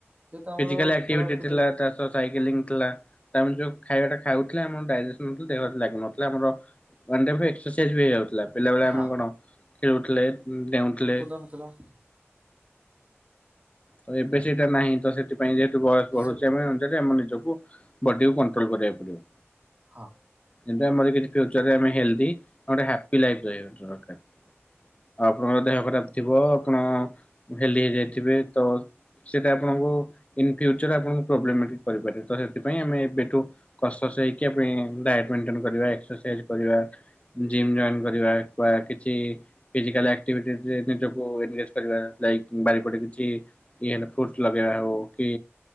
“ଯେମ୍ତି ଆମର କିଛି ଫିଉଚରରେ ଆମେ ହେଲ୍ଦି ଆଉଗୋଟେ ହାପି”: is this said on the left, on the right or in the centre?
Left